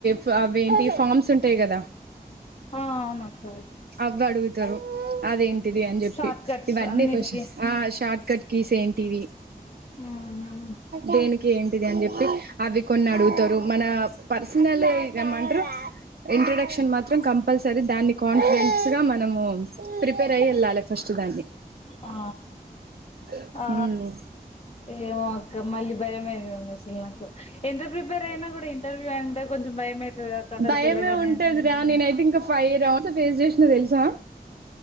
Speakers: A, on the right; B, on the left.
A: ఫా అవేంటి ఫార్మ్స్ ఉంటయ్ కదా
B: ఆ అవున అక్క
A: అవి అడుగుతారు అదేంటిది అని జెప్పి
B: షార్ట్ కట్స్
A: ఇవన్నీ
B: అన్నిటికీ
A: కొష్ ఆ షా కట్కీస్ ఏంటివి
B: ఉమ్
A: దేనికి ఏంటిది అని చెప్పి అవి అడుగుతారు మన పర్సనల్ ఇగమంట్రు ఇంట్రొడక్షన్ మాత్రం కంపల్సరీ దాన్ని కాన్ఫిడెన్స్ గా మనము ప్రిపేర్ అయ వెళ్ళాలి <inaudible> ఫస్ట్ దాన్
B: ఆ
A: దాన్ని
B: ఆ ఏమో అక్క మళ్ళ భయమైంది అసలు నాకు ఎంత ప్రిపేర్ అయినా కూడా ఇంటర్వ్యూ అంటే కొంచెం భయం అయితది అక్క అక్కడికి
A: భయమే
B: వెళ్ళగానే
A: ఉంటదిరా నేనయితే ఇంకా ఫై రౌండ్స్ ఫేస్ చేసిన తెలుసా